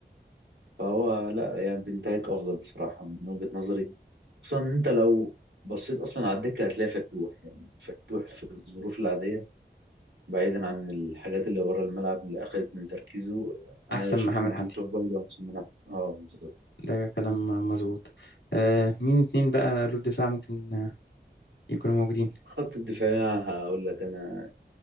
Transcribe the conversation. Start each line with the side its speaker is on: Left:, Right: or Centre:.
Right: فهو لا يعني بنتايك افضل بصراحه من وجهه نظري خصوصا ان انت لو بصيت اصلا على الدكه هتلاقي فتوح يعني فتوح في الظروف العاديه بعيدا عن الحاجات اللي بره الملعب اللي اخذت من تركيزه انا
Left: أحسن
Right: بشوف
Left: من محمد
Right: ان
Left: حمدي
Right: فتوح برضه احسن من أحمد. اه بالظبط
Left: ده كلام مظبوط آه مين اتنين بقى قلوب دفاع ممكن آه، يكونوا موجودين
Right: خط الدفاع هقول لك انا